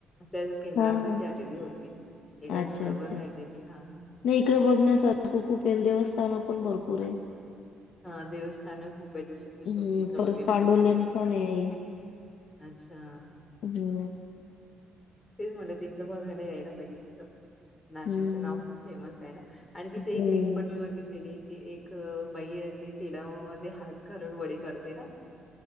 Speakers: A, on the left; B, on the left.
A: त्या केंद्रामध्ये
B: हा हा
A: ती आलेली होती. एक आठवडाभर
B: अच्छा अच्छा
A: राहिलेली हा तिकडे.
B: नाही इकडे बघण्यासारखं खूप कुपेन देवस्थान पण भरपूर आहे.
A: हा देवस्थान खूप आहे तस
B: हम्म
A: शंगीचा
B: परत
A: वगैरे
B: पांडवलेन
A: फिरून.
B: पण आहे
A: अच्छा!
B: हो.
A: तेच म्हटलं ते एकदा बघायला यायला पाहिजे तिथं. नाशिकचं
B: हं,
A: नाव खूप फेमस आहे ना? आणि तिथे
B: हं.
A: एक रील पण मी बघितलेलीे एक एक बाई ते तेलामध्ये हात घालून वडे काढते ना?